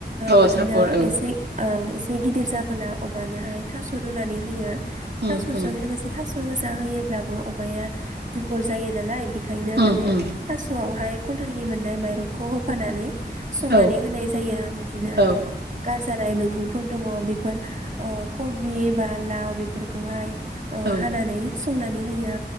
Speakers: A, on the right (about 65°); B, on the right (about 45°).
A: औ
B: बिदिनो
A: सापर औ
B: एसे एसे गिदिर जाब ब्ला अमानोहाय थास' रुनानै होयो थास'जों
A: उम उम
B: लोगोसे थास' गोजा होयो अब्लाबो अमाया दुरबल जायो नालाय बेखायनो
A: उम
B: माने
A: उम
B: थास'आव बेहाय कुन्टेलनि मोननाय माइरंखौ होफानानै संनानै
A: औ
B: होनाय जायो बिदिनो
A: औ
B: गार जानाय मैग खुंफोर दङ बेफोर ओ कबि बा लाव बेफोरखौहाय ओ
A: औ
B: हानानै संनानै होयो